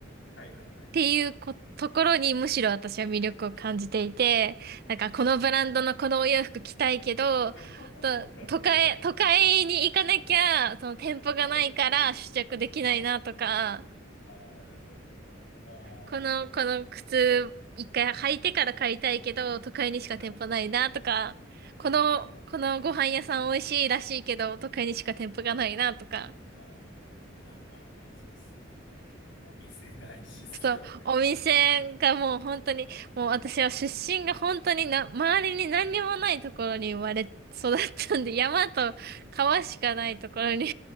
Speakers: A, on the left; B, on the right.
A: あ。はいはいはい。
B: っていうこ、ところにむしろ私は魅力を感じていて、なんかこのブランドのこのお洋服着たいけど、
A: ああ。<laughs>
B: と、
A: なるほど。
B: 都会、都会に行かなきゃ、その店舗がないから試着できないなとか、
A: はいはいはい。はいはい。ああ、なるほど、なるほど。ああ、
B: この、この靴一回履いてから買いたいけど、都会にしか店舗ないなとか、
A: なるほど。
B: この、
A: なるほど、なるほど。
B: このご飯屋さん美味しいらしいけど、都会にしか店舗がないなとか、
A: ああ、まあまあまあ、そうっすね。お店大事っすよね。
B: そう、お店がもう本当に、もう私は出身が本当にな、周りに何にもないところに生まれ育ったんで、山と川しかないところに